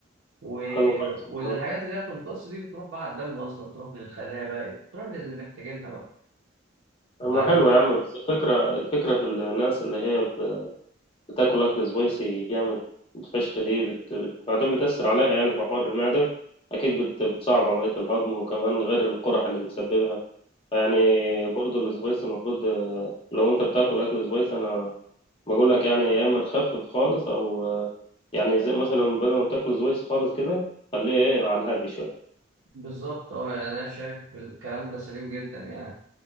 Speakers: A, on the right; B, on the left.
A: و...
B: حلو خالص والله
A: والحاجات اللي هي بتمتص دي بتروح بقى على الدم أصلا بتروح للخلايا بقى بتروح للي محتاجينها بقى بعد
B: اما حلو
A: كده
B: يا عم بس الفكرة الفكرة في الناس اللي هي ب- بتاكل اكل سبايسي جامد فشخ دي بت... بت... بعدين بتأثر عليها يعني في حوار المعدة اكيد بت... بتصعب عملية الهضم وكمان غير القرح اللي بتسببها يعني برضو السبايسي المفروض آه، لو انت بتاكل اكل سبايسي انا بقول لك يعني يا اما تخفف خالص او آه، يعني زي مثلا بدل ما بتاكل سبايسي خالص كده خليه ايه على الهادي شوية
A: بالظبط اه يعني أنا شايف الكلام ده سليم جدا يعني